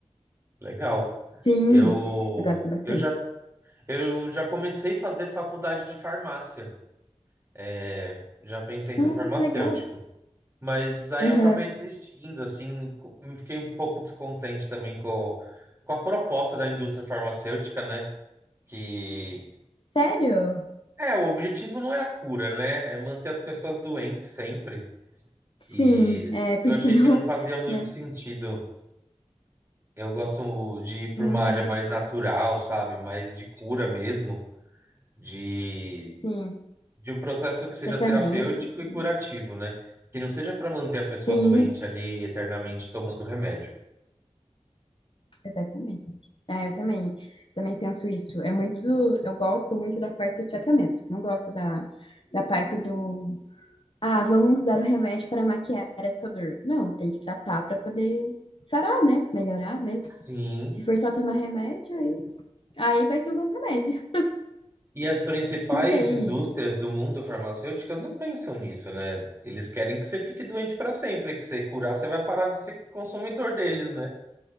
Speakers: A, on the right; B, on the left.
A: Legal.
B: Sim,
A: Eu,
B: eu gosto bastante.
A: eu já, eu já comecei a fazer faculdade de farmácia. É, já pensei em
B: Ah,
A: ser farmacêutico.
B: que legal.
A: Mas aí
B: Aham.
A: eu acabei desistindo, assim, co- fiquei um pouco descontente também com, com a proposta da indústria farmacêutica, né? que
B: Sério?
A: É, o objetivo não é a cura, né? É manter as pessoas doentes sempre.
B: Sim,
A: E
B: é, porque
A: eu achei
B: senão,
A: que não fazia
B: <laughs>
A: muito
B: né?
A: sentido. Eu gosto de ir para
B: Uhum.
A: uma área mais natural, sabe? Mais de cura mesmo, de,
B: Sim,
A: de um processo que seja
B: tratamento
A: terapêutico
B: e tudo.
A: e curativo, né? Que não seja para manter a pessoa
B: Sim,
A: doente ali eternamente tomando remédio.
B: exatamente. Ah, eu também, também penso isso. É muito, eu gosto muito da parte do tratamento. Não gosto da, da parte do, ah, vamos dar um remédio para maquiar essa dor. Não, tem que tratar para poder sarar, né? Melhorar mesmo.
A: Sim.
B: Se for só tomar remédio, aí Aí vai tomando remédio.
A: E as principais
B: <laughs> Não tem.
A: indústrias do mundo farmacêuticas não pensam nisso, né? Eles querem que você fique doente para sempre, que você curar, você vai parar de ser consumidor deles, né?